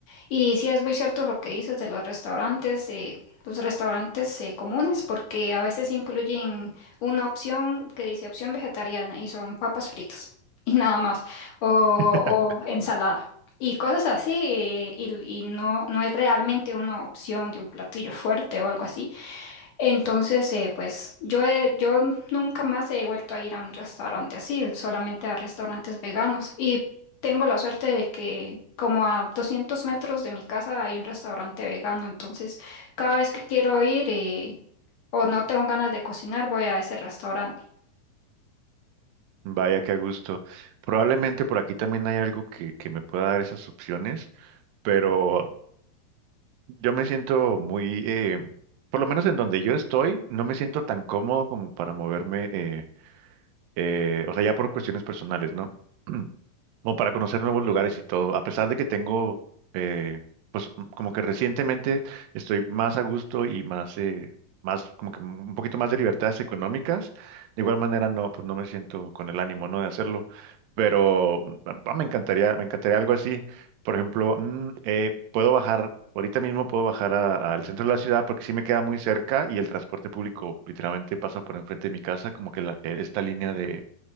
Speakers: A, on the left; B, on the right.
A: Y sí es muy cierto lo que dices de los restaurantes, eh, los restaurantes eh, comunes, porque a veces incluyen una opción que dice opción vegetariana y son papas fritas <laughs> y nada más, o, o
B: <laughs>
A: ensalada y cosas así, eh, y, y no, no es realmente una opción de un platillo fuerte o algo así. Entonces, eh, pues yo, he- yo nunca más he vuelto a ir a un restaurante así, solamente a restaurantes veganos. Y tengo la suerte de que como a 200 metros de mi casa hay un restaurante vegano, entonces cada vez que quiero ir eh, o no tengo ganas de cocinar, voy a ese restaurante.
B: Vaya que a gusto. Probablemente por aquí también hay algo que, que me pueda dar esas opciones. pero yo me siento muy, eh, por lo menos en donde yo estoy, no me siento tan cómodo como para moverme, eh, eh, o sea, ya por cuestiones personales, ¿no? <clears throat> como para conocer nuevos lugares y todo, a pesar de que tengo, eh, pues m- como que recientemente estoy más a gusto y más, eh, más, como que un poquito más de libertades económicas, de igual manera no, pues no me siento con el ánimo, ¿no? de hacerlo, pero mm, ah, ah, me encantaría, me encantaría algo así, por ejemplo, mm, eh, puedo bajar. Ahorita mismo puedo bajar a- al centro de la ciudad porque sí me queda muy cerca y el transporte público literalmente pasa por enfrente de mi casa, como que la- eh, esta línea de,